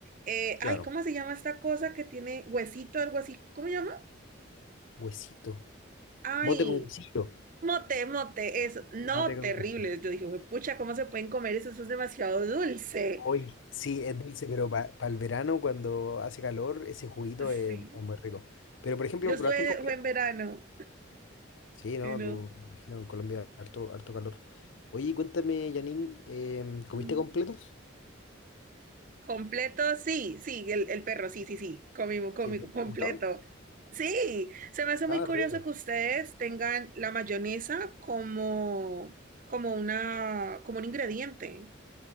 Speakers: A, on the right (about 40°); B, on the left (about 75°).
A: Eh,
B: claro.
A: ay, ¿cómo se llama esta cosa que tiene huesito, algo así? ¿Cómo se llama?
B: Huesito.
A: Ay.
B: Mote con huesito.
A: Mote, mote, es no
B: Mate con
A: terrible.
B: huesito.
A: Yo dije, "Jue pucha, ¿cómo se pueden comer eso? Eso es demasiado dulce.
B: Hoy sí, es dulce, pero para el verano cuando hace calor, ese juguito
A: Sí.
B: es, es muy rico. Pero por ejemplo,
A: Yo estuve,
B: ¿probaste el completo?
A: fue en verano
B: Sí, ¿no?
A: y no.
B: Tú, me imagino que en Colombia harto, harto calor. Oye, cuéntame, Janine, em, ¿comiste
A: Mm.
B: completos?
A: Completo, sí, sí, el, el perro, sí, sí, sí, comimos, comimos,
B: Sí, ¿te, te
A: completo.
B: gustó?
A: Sí, se me hace
B: Ah,
A: muy curioso
B: rico.
A: que ustedes tengan la mayonesa como, como una, como un ingrediente.